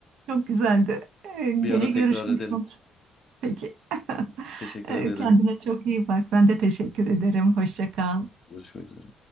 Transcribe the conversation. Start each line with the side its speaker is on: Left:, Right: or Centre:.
Right: Çok güzeldi. Ee,
Left: Bir
Right: Gene
Left: ara tekrar
Right: görüşmek,
Left: edelim.
Right: Peki. <laughs>
Left: Teşekkür ederim.
Right: Kendine çok iyi bak. Ben de teşekkür ederim. Hoşça kal.
Left: Görüşmek üzere.